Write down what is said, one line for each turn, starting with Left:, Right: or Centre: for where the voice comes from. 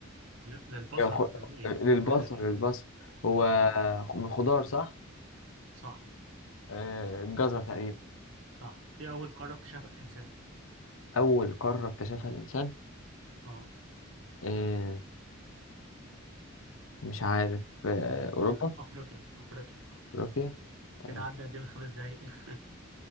Right: ل- للبصر
Left: آه، خ-
Right: الرؤية
Left: للبصر
Right: الرؤية فاهم
Left: للبصر هو
Right: اه
Left: من خضار صح؟
Right: صح
Left: آه، الجزر تقريبا
Right: صح هي أول قارة اكتشفها الإنسان
Left: أول قارة اكتشفها الإنسان
Right: اه
Left: آه، مش عارف آه،
Right: هي
Left: أوروبا
Right: أفريقيا أفريقيا
Left: أوروبيا تمام
Right: كده عدى قدام الخمس دقايق <laughs>